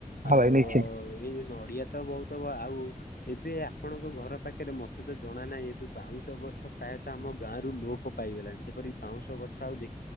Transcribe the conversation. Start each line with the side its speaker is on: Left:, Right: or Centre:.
Right: ହଁ
Left: ଆଉ
Right: ଭାଇ ନିଶ୍ଚିନ୍ତ।
Left: ଏଇ ଯଉ ନଡ଼ିଆ ତ ବହୁତ ବ ଆଉ ଏବେ ଆପଣଙ୍କ ଘର ପାଖରେ ମତେ ତ ଜଣା ନାହିଁ ଏବେ ବାଉଁଶ ଗଛ ପ୍ରାୟତ ଆମ ଗାଁରୁ ଲୋପ୍ ପ ପାଇଗଲାଣି, ଯେପରି ବାଉଁଶ ଗଛ ଆଉ ଦେ